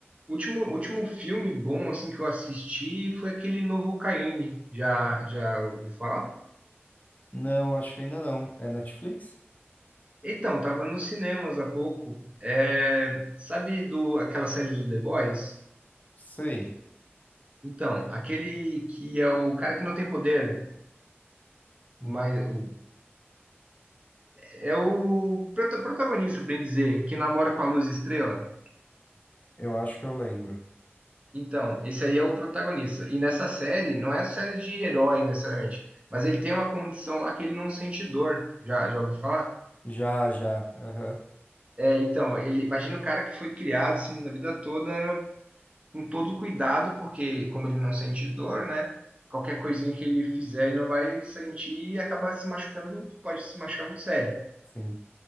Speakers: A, on the right (about 30°); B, on the left (about 35°).
A: último último filme bom assim que eu assisti foi aquele novo Caine. Já já ouviu falar?
B: Não, acho que ainda não. É Netflix?
A: Então, tava nos cinemas há pouco. É, sabe do aquela série do The Boys?
B: Sei.
A: Então, aquele que é o cara que não tem poder,
B: Hum,
A: mas o- é o prota- protagonista, bem dizer, que namora com a Luz Estrela.
B: Eu acho que eu lembro.
A: Então, esse aí é o protagonista. E nessa série, não é série de herói necessariamente, mas ele tem uma condição lá que ele não sente dor. Já, já ouviu falar?
B: Já, já. Aham.
A: É, então, ele imagina o cara que foi criado assim na vida toda com todo cuidado, porque como ele não sente dor, né? Qualquer coisinha que ele fizer, ele não vai sentir e acaba se machucando, pode se machucar muito sério.
B: Sim.